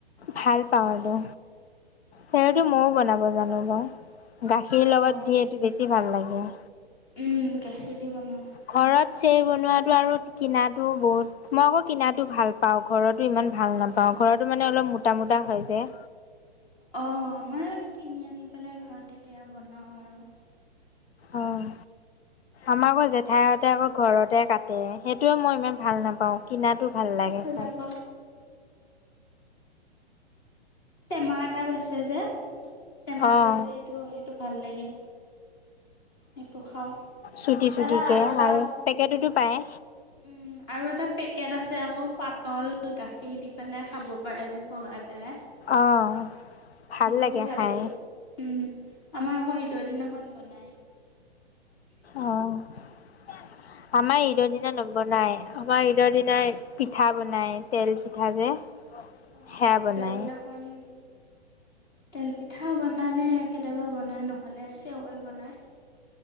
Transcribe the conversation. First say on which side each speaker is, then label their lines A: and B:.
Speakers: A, on the left; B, on the left.
A: ভাল পাও এইটো। চেৱৈটো
B: অ
A: ময়ো বনাব
B: ভাল
A: জানো বাৰু গাখীৰ
B: পাওঁ
A: লগত
B: অ
A: দি এইটো বেছি ভাল লাগে।
B: উম গাখীৰ দি বনাওঁ।
A: ঘৰত
B: আমাৰ
A: চেৱৈ বনোৱাটো আৰু কিনাটো বহুত মই আকৌ কিনাতো ভাল পাওঁ ঘৰতো ইমান ভাল নাপাও ঘৰতো মানে অলপ মোটা মোটাা হয় যে
B: অ আমাৰ এই কিনি আনি পেলাই ঘৰতে তেতিয়া বনাওঁ আৰু। <inaudible>
A: অ' আমাৰ আকৌ জেঠাই সতে আকৌ ঘৰতে কাটে সেইটোৱে মই ইমান ভাল নাপাওঁ। কিনাটো ভাল
B: ময়ো
A: লাগে খাই।
B: নাপাওঁ টেমা এটাও আছে যে টেমাত
A: অ',
B: বেচে টো সেইটো ভাল লাগে সেইটো খাওঁ।
A: চুটি
B: তাৰপিছত
A: চুটি কে
B: এটা
A: আৰু পেকেটতো পায়।
B: উম, আৰু এটা পেকেট আছে আকৌ পাতল গাখীৰ দি পেলাই খাব পাৰে যে পগাই পেলাই।
A: অহ ভাল
B: সেইটোও
A: লাগে
B: ভাল
A: খাই।
B: উম আমাৰ আকৌ ঈদৰ দিনাখন বনাই।
A: অহ আমাৰ ঈদৰ দিনা নবনাই আমাৰ ঈদৰ দিনা পিঠা বনাই তেল পিঠা যে
B: অ
A: সেয়া
B: আমাৰ
A: বনাই
B: ইদৰ দিনাখন তেল পিঠা বনালে কেতিয়াবা বনাই নহ'লে চৱৈ বনাই।